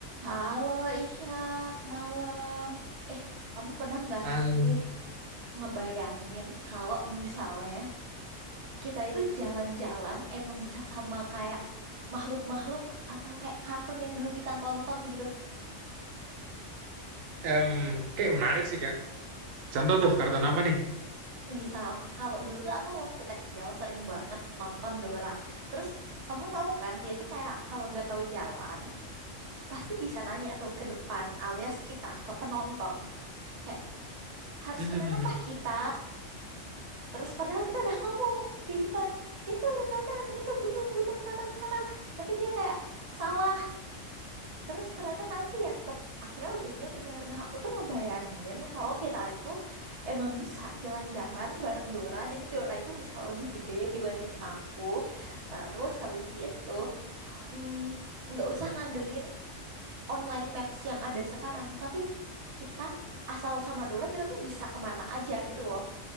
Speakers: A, on the right; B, on the right.
A: Halo Ishak, malam. Eh, kamu pernah nggak
B: Hal,
A: sih ngebayangin kalau misalnya kita itu jalan-jalan emang bisa sama kayak makhluk-makhluk atau kayak kartun yang dulu kita tonton gitu?
B: em, kayak menarik sih kak. Contoh tuh karton apa nih?
A: Misal, kalau dulu tuh aku waktu kecil sering banget nonton Dora. Terus kamu tahu kan dia itu kayak kalau nggak tahu jalan pasti bisa nanya tuh ke depan alias kita ke penonton. Kayak harus
B: <laughs> Hmm,
A: kemana kah kita? Terus padahal kita udah ngomong di depan, itu ke kanan, itu gunung-gunung kanan-kanan. Tapi dia kayak salah. Terus ternyata nanti ya tetap akhirnya ujung-ujungnya benar. Nah, aku tuh ngebayangin kalau kita itu emang bisa jalan-jalan bareng Dora. Jadi Dora itu bisa lebih gede dibanding aku. Terus habis itu mm, nggak usah ngandelin online maps yang ada sekarang, tapi kita asal sama Dora kita tuh bisa kemana aja gitu loh.